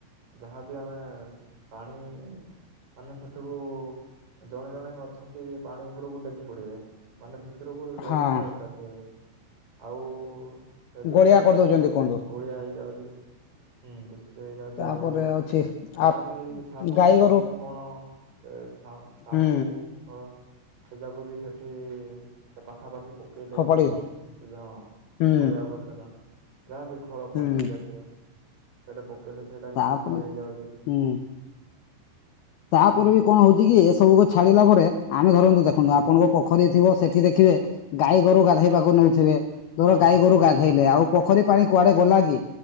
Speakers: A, on the right; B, on the left.
A: ଯାହାବି ଆମେ ପାଣି ମାନେ ସେଠେକୁ ଜଣେ ଜଣେ ଅଛନ୍ତି ପାଣି ଉପରକୁ ଡେଗି ପଡିବେ। ମାନେ ଭିତରକୁ ଯାଇକି
B: ହଁ
A: ପୁରା ଗାଧେଇବେ ଆଉ ସେ ଯୁଗୁରୁ
B: ଗୋଳିଆ
A: ବି
B: କରିଦଉଛନ୍ତି କୁହନ୍ତୁ
A: ଗୋଳିଆ ହେଇଯାଉଛି। ହୁଁ ଧୁଷରେଇ ଯାଉଚି
B: ତାପରେ
A: ଆଉ।
B: ଅଛି
A: ଯାହା
B: ଆ
A: ବି ସାବୁନ
B: ଗାଈ
A: ଖୋଳ
B: ଗୋରୁ
A: କି କଣ ସେ ସା ସାମ୍ପୁ
B: ହୁଁ
A: ଫଳ ସେ ଯାକୁ ବି ସେଠି ସେ ପାଖାପାଖି ପକେଇଲେ
B: ଫୋପାଡି
A: କି କଣ <unintelligible> ହଁ
B: ହୁଁ
A: ଅଳିଆ ଆବର୍ଜନା ଯାହାବି ଖଳ
B: ହୁଁ
A: ପ୍ଲାଷ୍ଟିକ୍ ଜାତୀୟ। ସେଟା ପକେଇଲେ ସେଇଟା
B: ତାପରେ
A: ହିଁ ଦୂଷିତ ହେଇଯାଉଚି।
B: ହୁଁ। ତାପରେ
A: ହୁଁ ସେ
B: ବି କଣ ହଉଛି କି ଏସବୁକୁ ଛାଡିଲା ପରେ ଆମେ ଧରନ୍ତୁ ଦେଖନ୍ତୁ
A: ହୁଁ
B: ଆପଣଙ୍କ ପୋଖରୀ ଥିବ ସେଠି ଦେଖିବେ ଗାଈ ଗୋରୁ ଗାଧେଇବାକୁ ନଉଥିବେ। ଧର
A: ହଁ
B: ଗାଈ
A: ହଁ
B: ଗୋରୁ ଗାଧେଇଲେ
A: ଘର
B: ଆଉ ପୋଖରୀ ପାଣି କୁଆଡେ ଗଲା ଗି